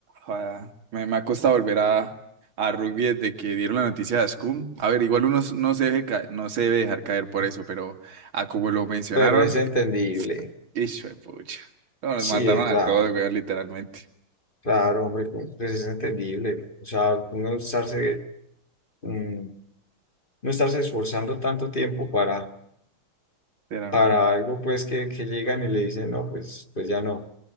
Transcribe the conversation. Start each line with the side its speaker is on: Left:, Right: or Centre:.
Right: a- me, me ha costado volver a, a rugby desde que dieron la noticia de Ascum. A ver, igual uno s- no se deje ca- no se debe dejar caer por eso, pero a como lo mencionaron,
Left: pero es entendible.
Right: eh, hijo de pucha. No,
Left: Sí,
Right: nos mataron
Left: claro,
Right: a todos, weón, literalmente,
Left: claro, hombre, pues pues es entendible. O sea, uno estarse... mm, no estarse esforzando tanto tiempo para,
Right: literalmente.
Left: para algo pues que, que llegan y le dicen, no, pues, pues ya no,